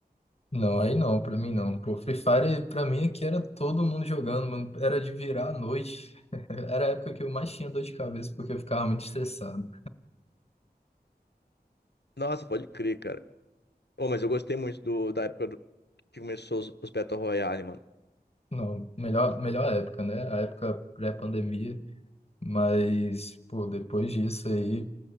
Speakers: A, on the left; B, on the left.
A: Não, aí não, pra mim não. Pô, Free Fire, pra mim, aqui era todo mundo jogando, mano. Era de virar à noite. <laughs> Era a época que eu mais tinha dor de cabeça, porque eu ficava muito estressado.
B: Nossa, pode crer, cara. Oh, mas eu gostei muito do, da época do- que começou os, os Battle Royale, mano.
A: Não, melhor, melhor época, né? A época pré-pandemia. Mas, pô, depois disso aí...